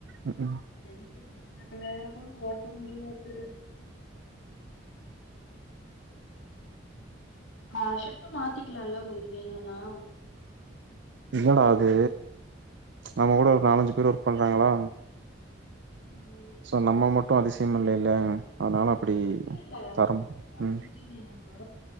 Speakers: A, on the right (about 65°); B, on the left (about 85°).
A: ம்ஹ்ம்.
B: செஞ்சு சக்னாகனாலு ஓட்ட முடியாது ஆ ஷிப்டு மாத்திக்கலால்ல உங்களுக்கு வேணுனா
A: இல்லடா அது நம்ம கூட ஒரு நாலஞ்சு பேர் ஒர்க் பண்றாங்களா
B: ம்
A: சோ நம்ம மட்டு அதிசயம் இல்லைல அதனால அப்டி
B: இல்ல இல்ல
A: தரம்
B: அ
A: ம்
B: புரியுது எனக்கு